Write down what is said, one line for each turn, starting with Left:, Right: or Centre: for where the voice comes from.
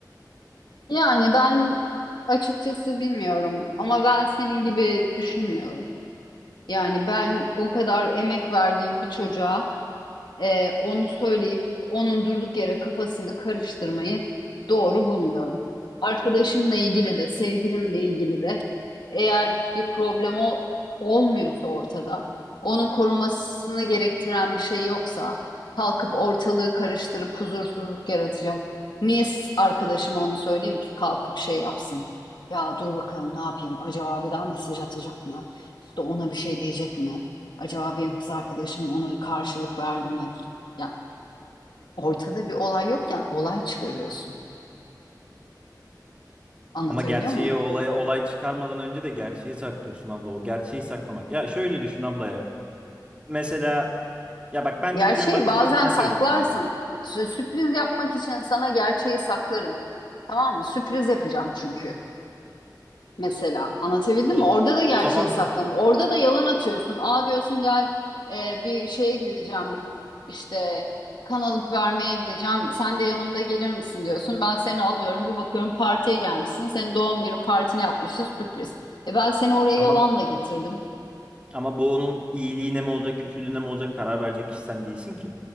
Left: Yani ben açıkçası bilmiyorum ama ben senin gibi düşünmüyorum. Yani ben o kadar emek verdiğim bir çocuğa Ee, onu söyleyip onun durduk yere kafasını karıştırmayı doğru bulmuyorum. Arkadaşımla ilgili de sevgilimle ilgili de eğer bir problem ol- olmuyorsa ortada, onun korumasını gerektiren bir şey yoksa kalkıp ortalığı karıştırıp huzursuzluk yaratacak. Niye s- arkadaşıma onu söyleyeyim ki kalkıp şey yapsın? Ya dur bakalım ne yapayım? Acaba bir daha mesaj atacak mı? İşte ona bir şey diyecek mi? Acaba benim kız arkadaşım ona karşılık verdi mi? Ya ortada bir olay yokken olay çıkarıyorsun. Anlatabiliyor
Right: Ama gerçeği
Left: muyum?
Right: olaya olay çıkarmadan önce de gerçeği saklıyorsun abla. O gerçeği saklamak. Ya şöyle düşün abla ya. Mesela ya bak ben
Left: Gerçeği
Right: çocuğun bakış
Left: bazen
Right: açısından
Left: saklarsın.
Right: söylemek istiyorum.
Left: Sü- Sürpriz yapmak için sana gerçeği saklarım. Tamam mı? Sürpriz yapacağım çünkü. Mesela anlatabildim
Right: O,
Left: mi?
Right: z-
Left: Orada da
Right: o
Left: gerçeği
Right: zaman
Left: saklamıyor, Orada da yalan atıyorsun. Aa diyorsun gel e, bir şeye gideceğim ben. İşte kan alıp vermeye gideceğim. Sen de yanımda gelir misin diyorsun. Ben seni alıyorum. Bir bakıyorum partiye gelmişsin. Senin doğum günü partini yapmışız sürpriz. E ben seni oraya
Right: ama
Left: yalanla getirdim.
Right: ama bu onun iyiliğine mi olacak, kötülüğüne mi olacak karar verecek kişi sen değilsin ki.